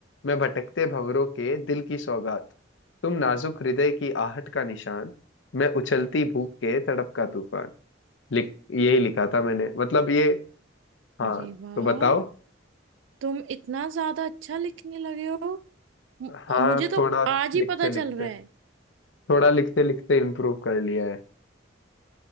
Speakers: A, on the left; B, on the right.
A: मैं भटकते भंवरों के दिल की सौगात तुम नाजुक हृदय की आहट का निशान मैं उछलती भूख के तड़प का तूफान लिख यही लिखा था मैंने मतलब ये हाँ
B: अरे वाह
A: तो बताओ
B: तुम इतना ज्यादा अच्छा लिखने लगे हो म-
A: हाँ
B: मुझे
A: थोड़ा
B: तो आज
A: लिखते
B: ही पता
A: लिखते
B: चल रहा है
A: थोड़ा लिखते लिखते इम्प्रूव कर लिया है